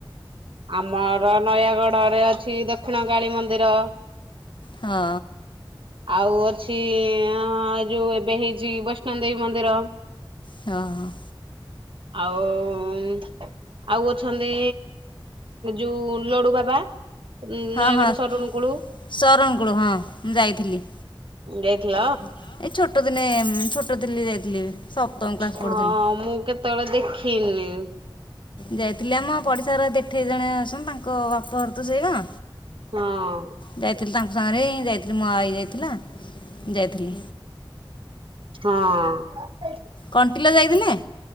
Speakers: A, on the right (about 80°); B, on the left (about 65°).
A: ଆମର ନୟାଗଡରେ ଅଛି ଦକ୍ଷିଣ କାଳୀ ମନ୍ଦିର।
B: ହଁ।
A: ଆଉ ଅଛି ହଁ ଯୋଉଁ ଏବେ ହେଇଛି ବୈଷ୍ଣବ ଦେବୀ ମନ୍ଦିର।
B: ହଁ- ହଁ।
A: ଆଉ ଉଁ ଆଉ ଅଛନ୍ତି ଯୋଉ ଲଡୁ ବାବା।
B: ହଁ
A: ନୟାଗଡ଼
B: ହଁ
A: ସରୁଣୁ କୁଳୁ
B: ଶରଣ କୋଳ ହଁ ମୁଁ ଯାଇଥିଲି।
A: ଯାଇଥିଲ?
B: ଏଇ ଛୋଟ ଦିନେ ଛୋଟ ଦିଲ୍ଲୀ ଯାଇଥିଲି। ସପ୍ତମ କ୍ଲାସ୍
A: ହଁ
B: ପଢ଼ୁଥିଲି
A: ମୁଁ କେତେବେଳେ ଦେଖିନି।
B: ଯାଇଥିଲି ଆମ ପଡିଶା ଘର ଦେଠେଇ ଜଣେ ଅଛନ୍ତି ତାଙ୍କ ବାପ ଘର ତ ସେଇ ଗାଁ।
A: ହଁ।
B: ଯାଇଥିଲି ତାଙ୍କ ସାଙ୍ଗରେ ହିଁ ଯାଇଥିଲି ମୋ ଆଇ ଯାଇଥିଲା ଯାଇଥିଲି।
A: ହଁ ହଁ।
B: କଣ୍ଟିଲ ଯାଇଥିଲେ?